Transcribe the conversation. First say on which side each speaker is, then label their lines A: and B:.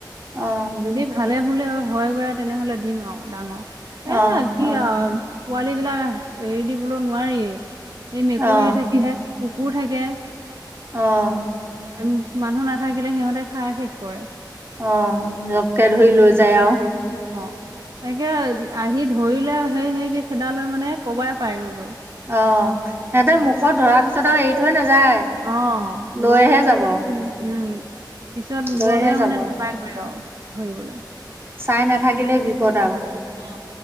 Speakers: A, on the right; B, on the right.
A: অ
B: যদি ভালে ভুলে হয় গৈ আৰু তেনেহ'লে দিম আৰু, ডাঙৰ এ
A: অ
B: কি
A: অ
B: আৰু। পোৱালী বিলাক এৰি দিবলৈ নোৱাৰিই এই মেকুৰী
A: অ
B: থাকিহে কুকুৰ থাকে।
A: অ'।
B: উ মানুহ নাথাকিলে সিহঁতে খাই শেষ কৰে।
A: অ', লপকে ধৰি লৈ যায় আৰু।
B: অ', তাকে আহি ধৰিলে হেই হেই কে খেদা লৈ মানে কবাই পাই গৈ।
A: অ', সিহঁতে মুখত ধৰা পিছত আৰু এৰি থৈ নাযায়।
B: অ',
A: লৈহে
B: লৈ একে
A: যাব
B: উম পিছত
A: লৈহে
B: গ'লে
A: যাব
B: মানে
A: অ
B: নাপায়গৈ আৰু ধৰিবলৈ।
A: চাই নাথাকিলেই বিপদ আৰু,
B: অ'।